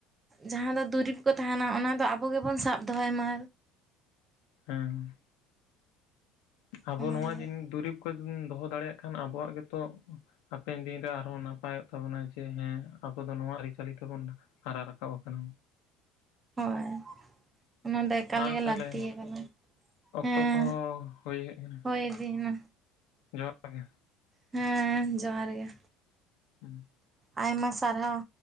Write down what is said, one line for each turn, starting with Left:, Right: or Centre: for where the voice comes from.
Right: ᱡᱟᱸᱦᱟ ᱫᱚ ᱫᱩᱨᱤᱵᱽ ᱠᱚ ᱛᱟᱦᱮᱱᱟ ᱚᱱᱟ ᱫᱚ ᱟᱵᱚ ᱜᱮᱵᱚᱱ ᱥᱟᱵ ᱫᱚᱦᱚᱭ ᱢᱟ᱾
Left: ᱦᱮᱸ ᱟᱵᱚ
Right: ᱚᱱᱟᱜᱮ
Left: ᱱᱚᱣᱟ ᱡᱤᱱ ᱫᱩᱨᱤᱵᱽ ᱠᱚ ᱡᱟᱫᱤᱵᱚᱱ ᱫᱚᱦᱚ ᱫᱟᱲᱮᱭᱟᱜ ᱠᱷᱟᱱ ᱟᱵᱚᱣᱟᱜ ᱜᱮ᱾ ᱛᱚ ᱦᱟᱯᱮᱱ ᱫᱤᱱ ᱨᱮ ᱟᱨᱦᱚᱸ ᱱᱟᱯᱟᱭ᱾ ᱛᱟᱵᱱᱟ ᱡᱮ ᱦᱮᱸ ᱟᱵᱚ ᱫᱚ ᱱᱚᱣᱟ ᱟᱹᱨᱤᱪᱟᱹᱞᱤ ᱛᱮᱵᱚᱱ ᱦᱟᱨᱟ ᱨᱟᱠᱟᱵ ᱟᱠᱟᱱᱟ᱾
Right: ᱦᱳᱭ ᱚᱱᱟ ᱫᱚ ᱮᱠᱟᱞᱜᱮ
Left: ᱢᱟ ᱛᱟᱦᱚᱞᱮ
Right: ᱞᱟᱹᱠᱛᱤ ᱠᱟᱱᱟ᱾
Left: ᱚᱠᱛᱚ
Right: ᱦᱮᱸ
Left: ᱠᱚᱦᱚᱸ ᱦᱩᱭ ᱦᱮᱡ ᱠᱟᱱᱟ
Right: ᱦᱳᱭ ᱤᱫᱤᱭᱮᱱᱟ
Left: ᱡᱚᱦᱟᱨ ᱜᱮ᱾
Right: ᱦᱮᱸ ᱡᱚᱦᱟᱨ ᱜᱮ᱾
Left: <unintelligible>
Right: ᱟᱭᱢᱟ ᱥᱟᱨᱦᱟᱣ᱾